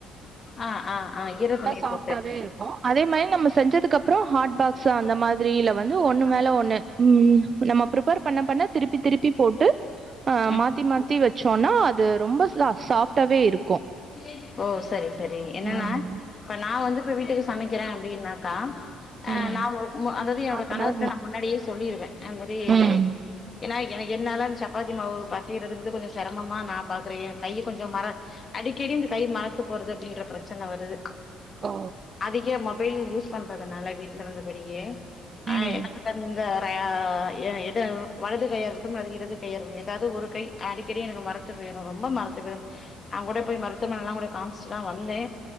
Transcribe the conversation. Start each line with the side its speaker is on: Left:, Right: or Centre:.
Left: ஆஹ் ஆஹ் ஆஹ் இரதுணிய
Right: சாஃப்ட்டாவே
Left: போட்டு
Right: இருக்கும். அதே மாரி நம்ம செஞ்சதுக்கு அப்புறோ ஹாட் பாக்ஸ் அந்த மாரி திரீல வந்து ஒண்ணு மேல ஒண்ணு உம் நம்ம ப்ரீப்பர் பண்ண பண்ண திருப்பி திருப்பி போட்டு ஆஹ்
Left: ம்
Right: மாத்தி மாத்தி வச் சொன்னா அது ரொம்ப ச-சாப்டாவே இருக்கு
Left: <inaudible> ஓ செரி செரி என்னன்னா
Right: ம்.
Left: இப்ப நா வந்து ப்ப வீட்டுக்கு சமைக்கிறே அப்டினாகா ஆஹ்
Right: ம்.
Left: நா <unintelligible> அதாவது என்னோட
Right: ஹாஃப்
Left: கணவர்ட்ட
Right: அன் ஹவர்மா
Left: நா முன்னாடியே சொல்லிருவ அது மாரி
Right: ம்.
Left: ஏனா எனக்கு என்னால சப்பாத்தி மாவு பசைறங்குறது கொஞ்சோ சிரமமா நா பாக்குற கையே கொஞ்சோ மர அடிக்கடி இந்த கை மறத்து போறது அப்படின்ற பிரச்சன வருது
Right: ஓ.
Left: அதுக்கே மொத் மொபைல் யூஸ் பண்றதுனால வீட்ல வந்து பெரிய ஆஹ்
Right: ம்.
Left: என்னா தந்த ப்பா எது வலது கையாருக்கட்டு இடது கையாறக்கட்டு ஏதாவது ஒரு கை அடிக்கடி எனக்கு மரத்து பேயிரு ரொம்ப மரத்து போயிடு நான் கூடய போய் மருத்துவமனையேல்லா கூட காமிச்சுட்டு தா வந்தே